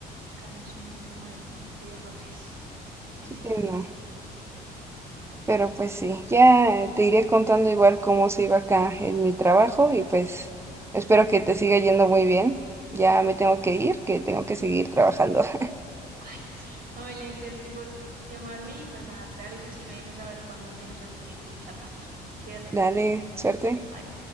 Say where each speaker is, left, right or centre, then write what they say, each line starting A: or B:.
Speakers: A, on the right; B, on the right.
A: pues, cae un sinfín como de, de errores en
B: Sí,
A: secuencia.
B: no. Pero pues sí, ya te iré contando igual cómo sigo acá en mi trabajo y pues espero que te siga yendo muy bien. Ya me tengo que ir, que tengo que seguir trabajando. <laughs>
A: Ay, sí, Amelie, gracias por llamarme y pues nada, claro que sí, me dejas saber cuando tienes otro tiempo y charlamos. Cuídate,
B: Dale, suerte.
A: bye.